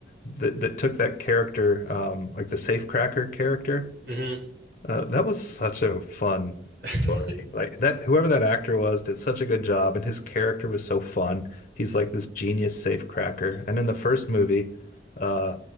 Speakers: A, on the left; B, on the right.
A: that that took that character um like the safecracker character.
B: Mhm.
A: Uh that was such a fun
B: <laughs>
A: story. Like that whoever that actor was did such a good job and his character was so fun. He's
B: Mm-hmm.
A: like this genius safecracker. And in the first movie, uh